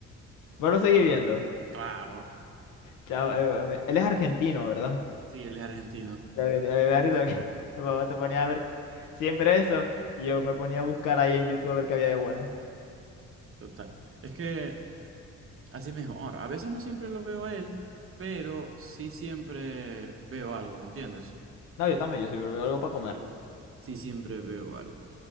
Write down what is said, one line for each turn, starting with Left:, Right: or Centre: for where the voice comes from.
Left: Vos lo seguís viendo.
Right: Claro.
Left: Chao, eh, él es argentino, ¿verdad?
Right: Sí, él es argentino,
Left: Ya me, ya me da risa porque <laughs> mi mamá te ponía a ver siempre eso y yo me ponía a buscar ahí en YouTube a ver qué había de bueno.
Right: total. Es que así mejor. A veces no siempre lo veo a él, pero sí siempre veo algo, ¿me entiendes?
Left: No, yo también, yo siempre veo algo para comer.
Right: Sí, sí siempre veo algo.